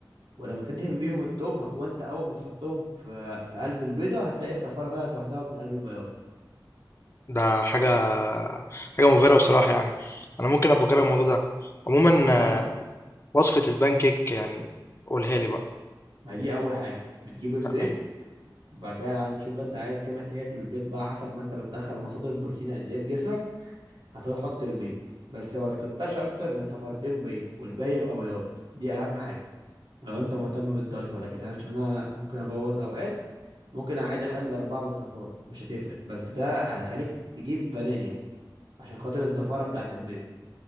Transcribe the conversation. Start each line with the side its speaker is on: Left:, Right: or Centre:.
Right: ولما تدهن بيهم التوم وانت اول ما تحطهم في في قلب البيضه هتلاقي الصفاره طلعت لوحدها من قلب البياض
Left: ده حاجة حاجة مبهرة بصراحة يعني انا ممكن ابقى اجرب الموضوع ده عموما
Right: خلاص
Left: آه،
Right: ما
Left: وصفة البان كيك يعني قولها لي بقى
Right: هي دي اول حاجه بتجيب البيض
Left: تمام
Right: وبعد كده هتشوف بقى انت عايز كام احتياجك للبيض بقى حسب ما انت بتدخل مصادر البروتين قد ايه في جسمك هتحط البيض بس ما تكترش اكتر من صفارتين بيض والباقي يبقى بياض دي اهم حاجه لو انت مهتم بالدايت ولا كده عشان انا أنا ممكن ابوظ اوقات ممكن عادي اخلي الاربعه بالصفار مش هتفرق بس ده هيخليك تجيب فانيليا عشان خاطر الزفاره بتاعت البيض